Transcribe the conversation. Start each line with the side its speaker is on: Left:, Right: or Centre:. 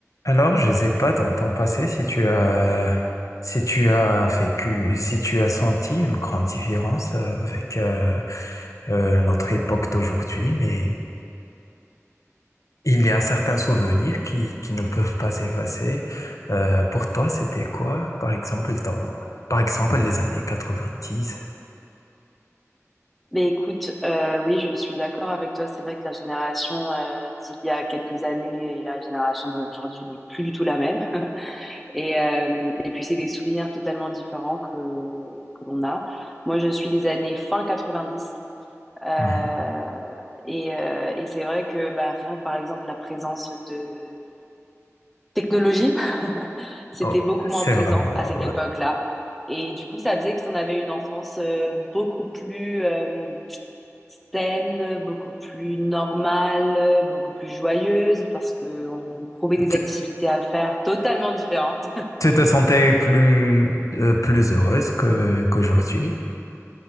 Left: Alors, je sais pas, dans ton passé, si tu as, si tu as vécu, si tu as senti une grande différence euh, avec euh, euh, notre époque d'aujourd'hui, mais il y a certains souvenirs qui, qui ne peuvent pas s'effacer. Euh, pour toi, c'était quoi, par exemple, dans, par exemple, les années 90.
Centre: Mais écoute, euh, oui, je suis d'accord avec toi. C'est vrai que la génération euh, d'il y a quelques années et la génération d'aujourd'hui n'est plus du tout la même. <laughs> Et, euh, et puis, c'est des souvenirs totalement différents que, que l'on a. Moi, je suis des années fin 90. euh,
Left: Mhm.
Centre: et euh, et c'est vrai que bah, rien que, par exemple, la présence de technologie, <laughs> c'était
Left: Oh,
Centre: beaucoup moins
Left: c'est
Centre: présent
Left: vraiment.
Centre: à cette
Left: euh,
Centre: époque-là. Et du coup, ça faisait que si on avait une enfance euh, beaucoup plus... euh, saine, beaucoup plus normale, beaucoup plus joyeuse parce que on trouvait des
Left: Tu,
Centre: activités à faire totalement différentes.
Left: tu te sentais plus, euh, plus heureuse que, qu'aujourd'hui?